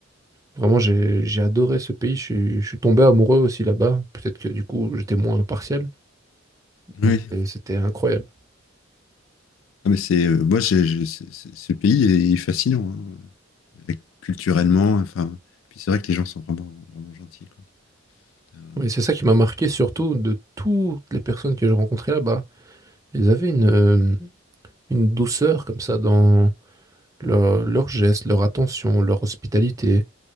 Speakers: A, on the right (about 15°); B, on the left (about 70°).
A: vraiment j'ai j'ai adoré ce pays. Je suis, je suis tombé amoureux aussi là-bas. Peut-être que du coup j'étais moins impartial, mais
B: oui.
A: c'était incroyable.
B: Ah, mais c'est, euh, moi, j'ai- j'ai- c'est- c'est- ce pays est fascinant, hein. Avec- culturellement. Enfin, puis c'est vrai que les gens sont vraiment, vraiment gentils, quoi. T'as-
A: Et c'est ça qui m'a marqué surtout de toutes les personnes que j'ai rencontrées là-bas. Ils avaient une euh, une douceur comme ça dans leur- leurs gestes, leur attention, leur hospitalité.